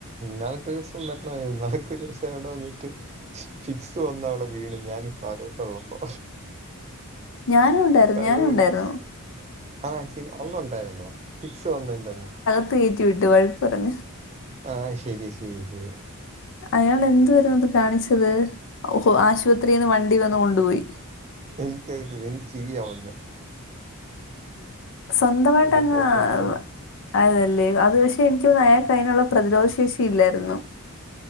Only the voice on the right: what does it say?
നാലക്ക് ദിവസം വരണമായിരുന്നു നാലക്ക ഒരു ദിവസം ഇവിടെ വന്നിട്ട്. ഫിറ്റ്സ് വന്നവടെ വീണ് ഞാൻ ഫാരോ ടെള്ളപ്പോ.
!
!!!!!!!! കള്ള്
കുടിച്
ആഹ് ശരി. അന്നുണ്ടായിരുന്നോ? ഫിറ്റ്സ് വന്നേന്റന്ന്.
ആഹ് ശരിയ ശരിയ ശരിയ
എൻ ക്ക്ട്ട എനിക്കയിയാ വന്നെ.
ഒരു പോക്കത്ത്